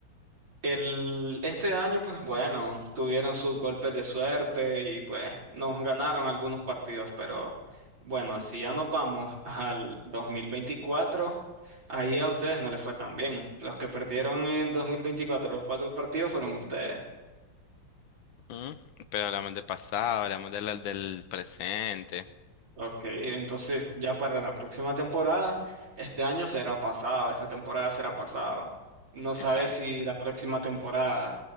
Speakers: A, on the right; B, on the left.
A: El, este año, pues bueno, tuvieron sus golpes de suerte y pues nos ganaron algunos partidos, pero bueno, si ya nos vamos al 2024, ahí a ustedes no les fue tan bien. Los que perdieron en 2024, los cuatro partidos fueron ustedes.
B: Mm, Pero hablamos del pasado, hablamos del, del presente.
A: Ok, entonces ya para la próxima temporada, este año será pasado, esta temporada será pasado. No sabes
B: Exacto.
A: si la próxima temporada